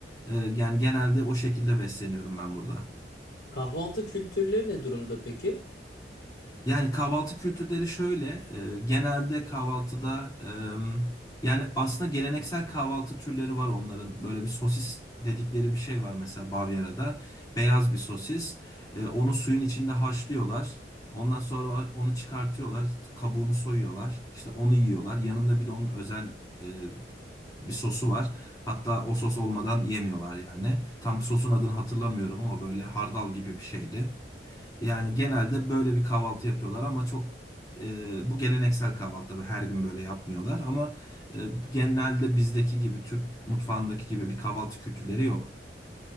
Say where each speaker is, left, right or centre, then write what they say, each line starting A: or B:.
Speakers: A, on the left; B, on the left.
A: E, yani genelde o şekilde besleniyorum ben burada.
B: Kahvaltı kültürleri ne durumda peki?
A: Yani kahvaltı kültürleri şöyle, e, genelde kahvaltıda e, yani aslında geleneksel kahvaltı türleri var onların. Böyle bir sosis dedikleri bir şey var mesela Bavyera'da. Beyaz bir sosis. E, onu suyun içinde haşlıyorlar. Ondan sonra onu çıkartıyorlar, kabuğunu soyuyorlar. İşte onu yiyorlar. Yanında bir de onun özel e, bir sosu var. Hatta o sos olmadan yemiyorlar yani. Tam sosun adını hatırlamıyorum ama böyle hardal gibi bir şeydi. Yani genelde böyle bir kahvaltı yapıyorlar ama çok e, bu geleneksel kahvaltı tabii her gün böyle yapmıyorlar ama e, genelde bizdeki gibi Türk mutfağındaki gibi bir kahvaltı kültürleri yok.